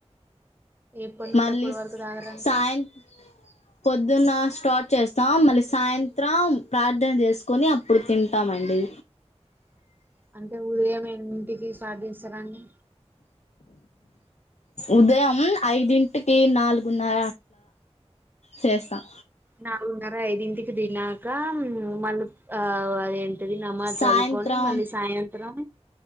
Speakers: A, on the right (about 15°); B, on the left (about 80°).
A: ఎప్పటి నుండి
B: మళ్ళీ
A: ఎప్పటి వరకు తాగరం
B: సాయం పొద్దున్న స్టార్ట్ చేస్తాం మళ్ళీ సాయంత్రం ప్రార్థన చేసుకొని అప్పుడు తింటామండి
A: అంటే ఉదయం ఇంటికి స్టార్ట్ చేస్తారా అండి
B: ఉదయం ఐదింటికి నాలుగున్నర చేస్తాం
A: నాాలుగున్నారా ఐదింటి దినా కా మళ ఆ అదేండి అది నమాజ్
B: సాయంత్రం
A: చదువుకొని మళ్ళీ సాయంత్రం